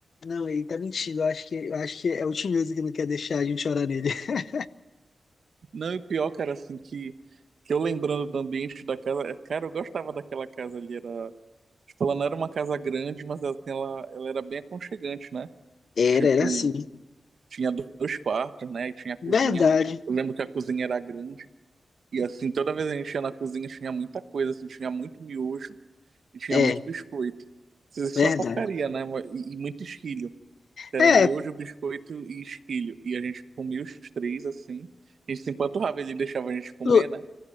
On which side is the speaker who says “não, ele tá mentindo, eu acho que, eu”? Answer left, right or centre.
Left